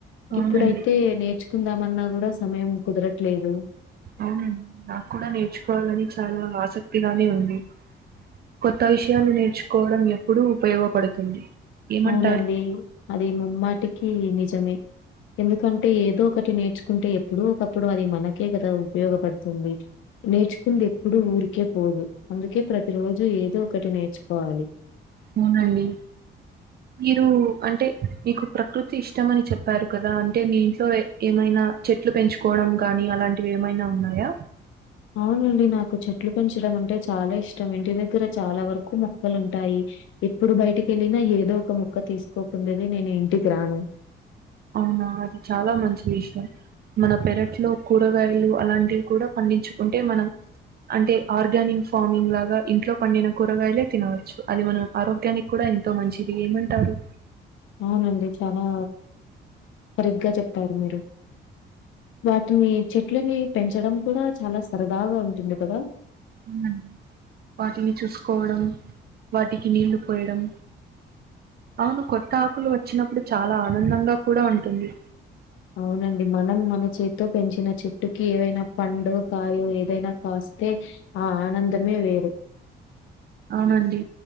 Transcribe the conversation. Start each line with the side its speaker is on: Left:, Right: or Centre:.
Right: అవునండి
Left: ఇప్పుడైతే నేర్చుకుందామన్నా కూడా సమయం కుదరట్లేదు
Right: అవునండి నాకు కూడా నేర్చుకోవాలని చాలా ఆసక్తిగానే ఉంది కొత్త విషయాలు నేర్చుకోవడం ఎప్పుడూ ఉపయోగపడుతుంది ఏమంటారు
Left: అవునండి అది ముమ్మాటికి నిజమే ఎందుకంటే ఏదో ఒకటి నేర్చుకుంటే ఎప్పుడో ఒకప్పుడు అది మనకే కదా ఉపయోగపడుతుంది నేర్చుకుంది ఎప్పుడు ఊరికే పోదు అందుకే ప్రతి రోజు ఏదో ఒకటి నేర్చుకోవాలి
Right: అవునండి మీరు అంటే మీకు ప్రకృతి ఇష్టం అని చెప్పారు కదా అంటే మీ ఇంట్లో ఏమైనా చెట్లు పెంచుకోవడం కానీ అలాంటివి ఏమైనా ఉన్నాయా
Left: అవునండి నాకు చెట్లు పెంచడం అంటే చాలా ఇష్టం ఇంటి దగ్గర చాలా వరకు మొక్కలుంటాయి ఎప్పుడు బయటికి వెళ్ళినా ఏదో ఒక మోక్క తీసుకోకుండా నేను ఇంటికి రాను
Right: అవునా అది చాలా మంచి విషయం మన పెరట్లో కూరగాయలు అలాంటివి కూడా పండించుకుంటే మనం అంటే ఆర్గానిక్ ఫార్మింగ్ లాగా ఇంట్లో పండిన కూరగాయలే తినవచ్చు అది మన ఆరోగ్యానికి కూడా ఎంతో మంచిది ఏమంటారు
Left: అవునండి చానా సరిగ్గా చెప్తారు మీరు వాటిని చెట్లని పెంచడం కూడా చాలా సరదాగా ఉంటుంది కదా
Right: ఉండండి వాటిని చూసుకోవడం వాటికి నీళ్లు పోయడం అవును కొత్త ఆకులు వచ్చినప్పుడు చాలా ఆనందంగా కూడా
Left: ఆ
Right: ఉంటుంది
Left: అవునండి మనం మన చేత్తో పెంచిన చెట్టుకి ఏవైనా పండు కాయో ఏదైనా కాస్తే ఆ ఆనందమే వేరు <inaudible>
Right: అవునండి